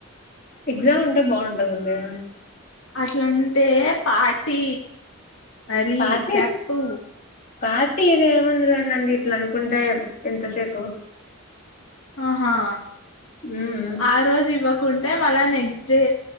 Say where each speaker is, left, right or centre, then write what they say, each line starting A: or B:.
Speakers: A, on the left; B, on the left.
A: ఎగ్జామ్ ఉంటే బాగుంటదండి
B: అట్లంటే పార్టీ మరి
A: పార్టీ
B: చేప్పు
A: పార్టీ ఇది ఏముందిలేనండి ఇట్లా అనుకుంటే ఎంతసేపు
B: ఆహా
A: ఉమ్
B: ఆ రోజు ఇవ్వకుంటే మళ్ళ నెక్స్ట్ డే